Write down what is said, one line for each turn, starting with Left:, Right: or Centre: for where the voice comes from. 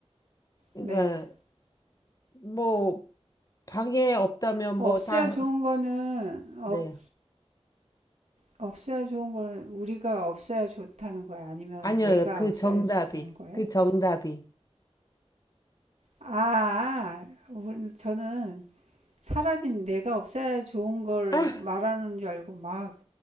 Left: 그러니까
Right: 네.
Left: 뭐 방에 없다면
Right: 없어야
Left: 뭐 다,
Right: 좋은 거는
Left: 네.
Right: 없 없어야 좋은 거는 우리가 없어야 좋다는 거야? 아니면
Left: 아니요,
Right: 얘가
Left: 그
Right: 없어야
Left: 정답이,
Right: 좋다는 거예요?
Left: 그 정답이.
Right: 아, 우리- 저는 사람인 내가 없어야 좋은 걸
Left: 아,
Right: 말하는 줄 알고 막